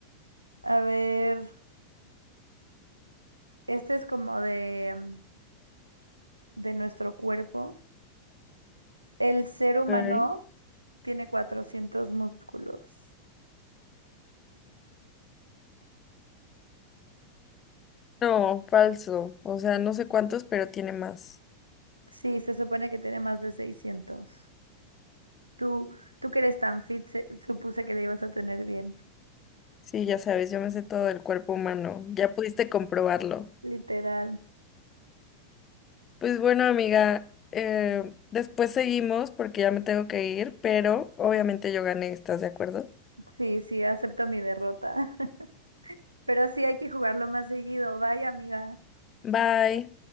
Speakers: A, on the right; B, on the left.
A: A ver, este es como de, mm, de nuestro cuerpo. El ser humano
B: Ok.
A: tiene 400 músculos.
B: No, falso. O sea, no sé cuántos, pero tiene más.
A: Sí, se supone que tiene más de seiscientos Tú, tú que eres tan fit, se- supuse que le ibas a tener bien.
B: Sí, ya sabes, yo me sé todo del cuerpo humano. Ya pudiste comprobarlo.
A: Literal.
B: Pues bueno, amiga, eh, después seguimos porque ya me tengo que ir, pero obviamente yo gané, ¿estás de acuerdo?
A: Sí, sí, acepto mi derrota. <laughs> Pero sí hay que jugarlo más seguido. Vaya, amiga.
B: Bye.